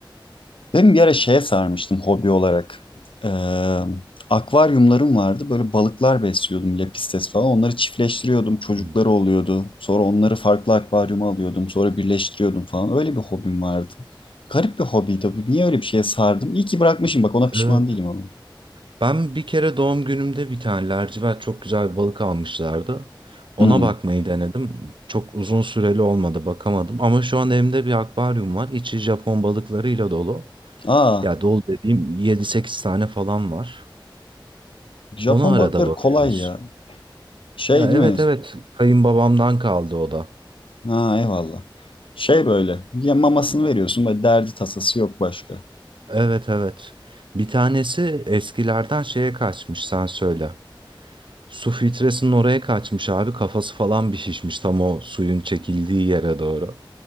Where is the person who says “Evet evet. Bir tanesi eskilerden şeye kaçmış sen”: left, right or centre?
Right